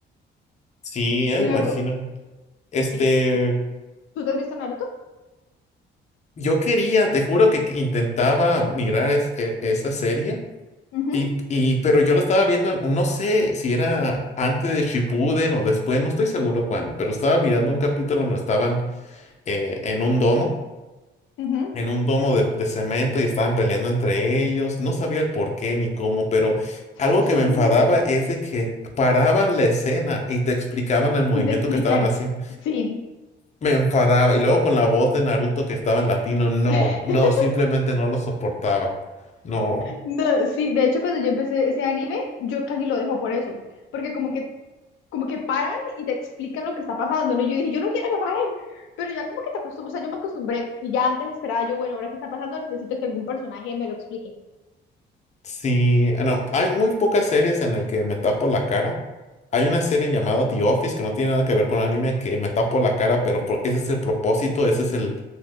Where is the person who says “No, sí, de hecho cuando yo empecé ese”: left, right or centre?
Left